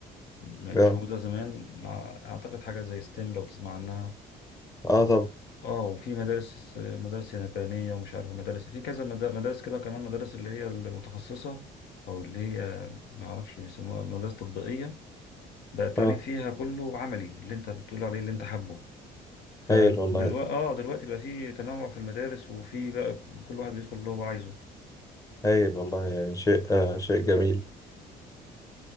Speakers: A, on the left (about 75°); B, on the left (about 20°).
A: ما كانش
B: آه
A: موجودة زمان مع أعتقد حاجة زي ستيم لو تسمع عنها
B: آه طب
A: اه وفي مدارس مدارس يابانية ومش عارف مدارس في كذا مدا- مدارس كده كمان مدارس اللي هي المتخصصة أو اللي هي ما أعرفش بيسموها مدارس تطبيقية بقى التعليم
B: آه
A: فيها كله عملي اللي أنت بتقول عليه اللي أنت حابه فدلوقتي
B: هايل والله
A: اه دلوقتي بقى في تنوع في المدارس وفي بقى كل واحد بيدخل اللي هو عايزه
B: هايل والله يعني شيء آه شيء جميل